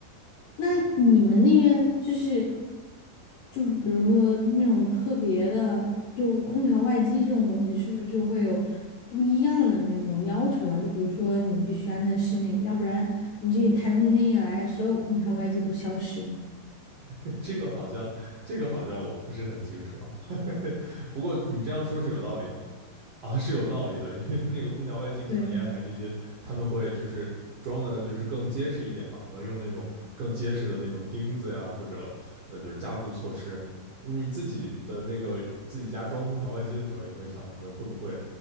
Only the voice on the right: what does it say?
<laughs> 这个好像，这个好像我不是很清楚啊。<laughs> 不过你这样说是有道理的啊，是有道理的，因为那个空调外机可能沿海地区他们会就是装的，
就是更结实一点吧，可能用那种更结实的那种钉子呀，或者呃就是加固措施。你自己的那个自己家装空调外机的时候，也会想说会不会